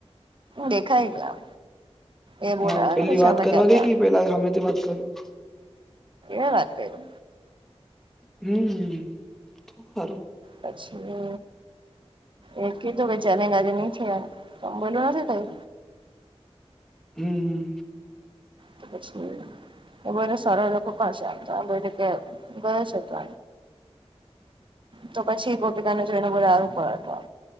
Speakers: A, on the right; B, in the centre.
A: દેખાય ગયા. એ બોલાયા
B: હા પેલી
A: ને પછી
B: વાત
A: અમે
B: કરવા
A: ગયા
B: ગઈ
A: તા
B: ગઈ પેલાએ હામેથી વાત કર્યું??
A: એ વાત કયરુ.
B: હમ તો હારુ
A: પછી મે એ કીધું ભ જમે ગાજ નહી થ એમ તોમ બોલ્યું નથી તઈ
B: હમ
A: પછી એ બોને સારા લોકો પણ છે, આમ તો આ બને કે ગયો છે તો
B: <inaudible>
A: તો પછી ગોપીતાને જોઈને બધા સારું પડ હત.